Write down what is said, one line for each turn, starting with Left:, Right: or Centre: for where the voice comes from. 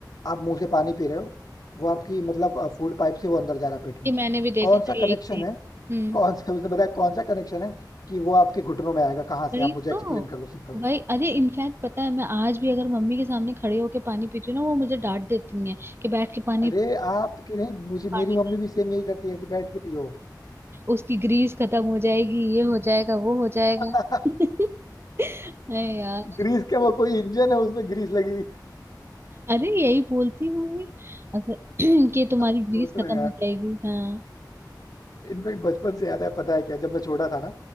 Left: आप मुंह से पानी पी रहे हो वो आपकी मतलब फूड पाइप से वो अंदर जा रहा है पेट में
Right: ये मैंने भी देखा
Left: कौन
Right: था
Left: सा
Right: ये
Left: कनेक्शन
Right: एक दिन
Left: है
Right: हम्म
Left: कौन सा उसने बताया कौन सा कनेक्शन है कि वो आपके घुटनों में आएगा कहाँ से
Right: वही
Left: आप मुझे
Right: तो
Left: एक्सप्लेन करो सिंपल
Right: वही अरे इनफैक्ट पता है मैं आज भी अगर मम्मी के सामने खड़े होके पानी पीती हूँ ना वो मुझे डांट देती है कि बैठ के पानी
Left: अरे आपके नहीं मुझे
Right: पानी
Left: मेरी मम्मी भी सेम यही करती है कि बैठ के पियो
Right: उसकी ग्रीस खत्म हो जाएगी ये हो जाएगा वो हो जाएगा
Left: <laughs>
Right: <laughs> अरे यार
Left: ग्रीस क्या वो कोई इंजन है उसमें ग्रीस लगी हुई है
Right: अरे यही बोलती होंगी अगर <clears throat> कि तुम्हारी
Left: हाँ,
Right: ग्रीस
Left: वो तो
Right: खत्म
Left: है यार
Right: हो जाएगी हाँ
Left: इनफेक्ट बचपन से याद है पता है क्या जब मैं छोटा था ना